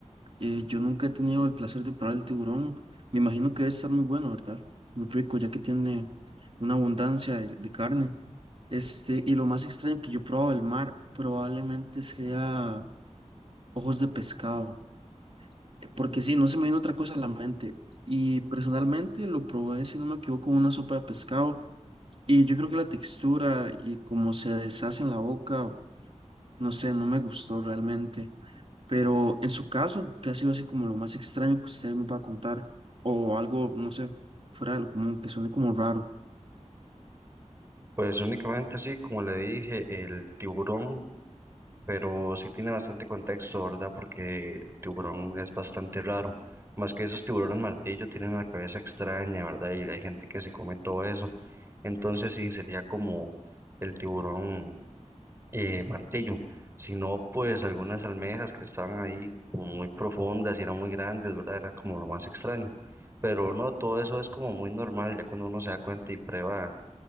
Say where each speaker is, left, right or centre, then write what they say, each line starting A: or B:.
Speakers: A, on the right; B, on the right.
A: Eh, yo nunca he tenido el placer de probar el tiburón. Me imagino que debe estar muy bueno, ¿verdad? Muy rico, ya que tiene una abundancia de, de carne. Este, y lo más extraño que yo he probado del mar probablemente sea ojos de pescado, eh, porque sí, no se me vino otra cosa a la mente. Y personalmente lo probé, si no me equivoco, con una sopa de pescado Y yo creo que la textura y cómo se deshace en la boca, no sé, no me gustó realmente. Pero en su caso, que ha sido así como lo más extraño que usted me va a contar, o algo, no sé, fuera de lo común, que suene como raro.
B: Pues únicamente así, como le dije, el tiburón. pero sí tiene bastante contexto, ¿verdad? Porque el tiburón es bastante raro. Más que esos tiburones martillo tienen una cabeza extraña, ¿verdad? Y hay gente que se come todo eso. Entonces sí, sería como el tiburón eh, martillo. Si no, pues algunas almejas que estaban ahí como muy profundas y eran muy grandes, ¿verdad? Era como lo más extraño. Pero no, todo eso es como muy normal ya cuando uno se da cuenta y prueba